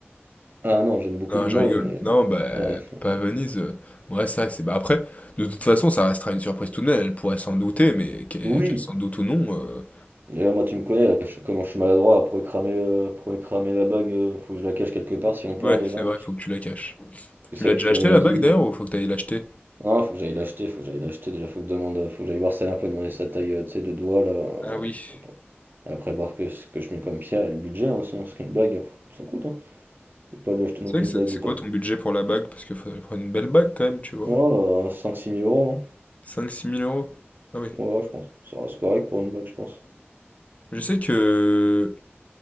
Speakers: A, on the right (about 50°); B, on the left (about 35°).
A: Ah non, j'aime beaucoup
B: Non,
A: Limoges,
B: je rigole.
A: mais.
B: Non, bah,
A: ouais.
B: pas à Venise, heu, ouais, c'est vrai que c'est bah, après, de toute façon, ça restera une surprise tout de même, elle pourrait s'en douter, mais qu'elle
A: Oui!
B: qu'elle s'en doute ou non, heu,
A: D'ailleurs, moi, tu me connais, euh, je- comment je suis maladroit, pour cramer, euh, pour cramer la bague, euh, faut que je la cache quelque part si on part
B: ouais,
A: déjà.
B: c'est
A: Parce
B: vrai, faut que tu la caches.
A: que
B: Tu
A: celle
B: l'as déjà
A: qui fait
B: acheté
A: mes valises.
B: la bague d'ailleurs ou faut que tu ailles l'acheter?
A: Non, faut que j'aille l'acheter, faut que j'aille l'acheter. Déjà, faut que, je demande, faut que j'aille voir ça un peu, demander sa taille, euh, tu sais, de doigt, là. euh,
B: Ah oui.
A: pour pas- Après, voir que ce que je mets comme pierre et le budget hein, aussi, hein, parce qu'une bague, ça coûte, hein. Je vais pas lui acheter
B: C'est
A: non plus
B: vrai que
A: une
B: c'est
A: bague
B: c'est
A: de
B: quoi ton budget pour la bague? Parce qu'il faudrait prendre une belle bague quand même, tu vois?
A: Ouais, bah, cinq six mille euros hein.
B: Cinq, six mille euros. Ah oui.
A: Ouais, ouais, je pense. Ça reste correct pour une box, je pense.
B: Je sais que